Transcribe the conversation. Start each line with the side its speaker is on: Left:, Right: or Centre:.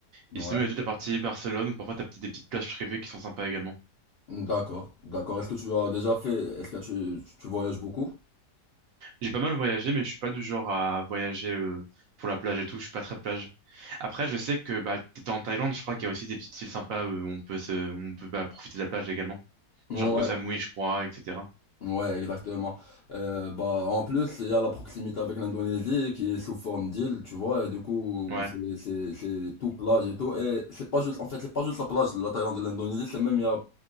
Left: Ouais.
Right: Et sinon, il y a toute la partie Barcelone où parfois t'as petit- des petites plages privées qui sont sympas également.
Left: D'accord, d'accord. Est-ce que tu as déjà fait, est-ce que tu, tu voyages beaucoup?
Right: J'ai pas mal voyagé, mais je suis pas du genre à voyager euh, pour la plage et tout, je suis pas très plage. Après, je sais que bah, t'étais en Thaïlande, je crois qu'il y a aussi des petites îles sympas euh, où on peut, se... où on peut bah, profiter de la plage également.
Left: Ouais,
Right: Genre Koh Samui, je crois, etc.
Left: ouais, exactement. Euh, bah, en plus, il y a la proximité avec l'Indonésie qui est sous forme d'île, tu vois, et du coup,
Right: Ouais,
Left: c'est c'est- c'est tout plage et tout. Et c'est pas juste, en fait, c'est pas juste la plage de la Thaïlande et l'Indonésie, c'est même, il y a